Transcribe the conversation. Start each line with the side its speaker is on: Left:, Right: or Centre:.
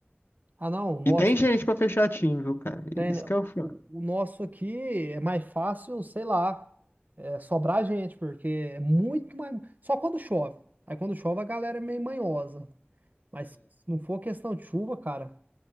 Right: Ah, não, nossa,
Left: E tem gente pra fechar time, viu, cara?
Right: tem,
Left: Isso
Right: né?
Left: que
Right: O,
Left: é o fio.
Right: o o nosso aqui é mais fácil, sei lá, é, sobrar gente, porque é muito mais. Só quando chove. Aí quando chove a galera é meio manhosa. Mas se não for questão de chuva, cara,